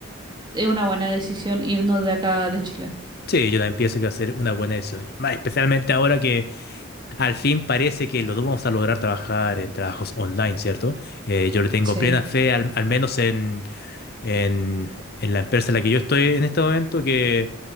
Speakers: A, on the right; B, on the left.
A: es una buena decisión irnos de acá de Chile.
B: Sí, yo también pienso que va a ser una buena decisión, y más especialmente ahora que al fin parece que los dos vamos a lograr trabajar en trabajos online, ¿cierto? Eh, yo le tengo
A: Sí.
B: plena fe, al, al menos en, en, en la empresa en la que yo estoy en este momento que